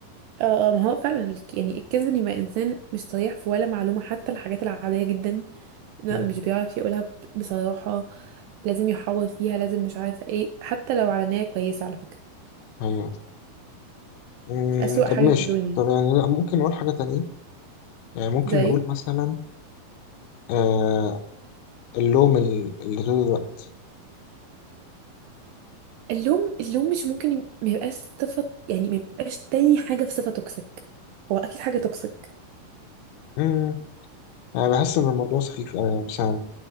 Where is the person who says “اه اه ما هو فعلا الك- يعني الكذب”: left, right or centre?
Right